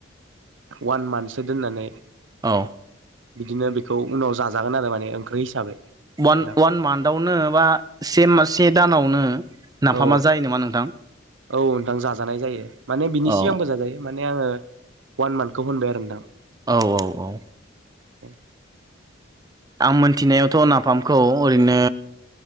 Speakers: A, on the right (about 70°); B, on the right (about 20°).
A: वान मान्थसो दोननानै।
B: औ।
A: बिदिनो बेखौ उनाव जाजागोन आरो, माने ओंख्रि हिसाबै।
B: अवान
A: नोंथां
B: -अवान मान्थआवनो बा से -से दानावनो नाफामा
A: औ
B: जायो नामा नोंथां?
A: औ नोंथां, जाजानाय जायो । माने बिनि
B: औ
A: सिगांबो जाजायो। माने आङो अवान मान्थखौ होनबाय आरो नोंथां।
B: औ औ औ।
A: <unintelligible>
B: आं मोनथिनायावथ' नाफामखौ ओरैनो